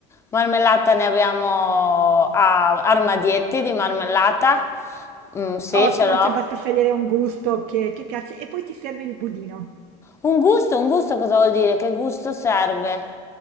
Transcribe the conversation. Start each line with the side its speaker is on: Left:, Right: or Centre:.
Left: Marmellata ne abbiamo a armadietti di marmellata. Mm, sì,
Right: Ottimo,
Left: ce l'ho.
Right: cioè basta scegliere un gusto che che piace e poi ti serve il budino.
Left: Un gusto, un gusto cosa vuol dire? Che gusto serve?